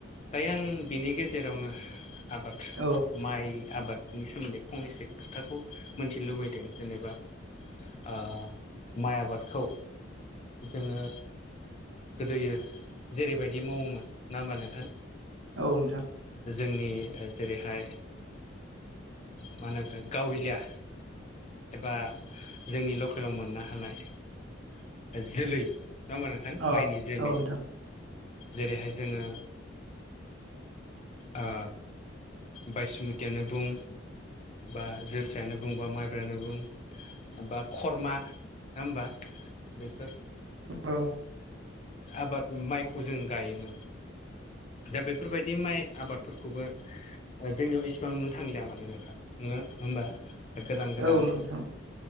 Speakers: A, on the left (about 35°); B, on the right (about 80°).
A: दायो आं बिनि गेजेरावनो आबाद
B: औ
A: माइ आबादनि सोमोन्दै फंनैसो खोथाखौ मिथिनो लुबैदों जेनेबा। ओ माइ आबादखौ जोङो गोदोयो जेरैबायदि मावोमोन नङा होमबा नोंथां?
B: औ नोंथां
A: जोंनि जेरैहाय मा होनो गावलिया। एबा जोंनि लकेलाव मोननो हानाय जोलै। नंडा़ होमबा नोंथां?
B: अ
A: माइनि जोलै
B: औ नोंथां
A: जेरैहाय जोङो ओ बायसुमतियानो बुं बा जोसायानो बुं बा माइ ब्रा बुं बा खर्मा नङा हबा बेफोर?
B: औ-औ।
A: आबाद माइखौ जों गायोमोन दा बे फोरबायदि माइ आबादफोरखौबो जोंनियाव इसिबां नुनो थांलिया माने नोंथा नामबा गोदान-गोदान।
B: औ नोंथां